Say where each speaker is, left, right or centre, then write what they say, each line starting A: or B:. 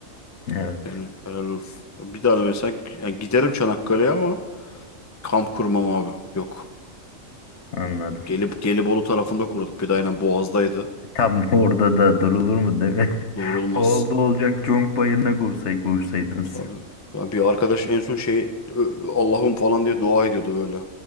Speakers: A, on the left; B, on the left.
A: Evet.
B: Yani helal olsun. Bir daha da mesela yani giderim Çanakkale'ye ama kamp kurmam abi. Yok.
A: Anladım.
B: Gelip Gelibolu tarafında kurduk bir de aynen Boğaz'daydı.
A: E, Tam <laughs> orada da durulur mu değil mi?
B: Doğrulmaz.
A: <laughs> Oldu olacak Conk Bayırı'na kursaydınız.
B: Tabii. Yani bir arkadaş en son şey "Ö- Allah'ım falan diye dua ediyordu böyle.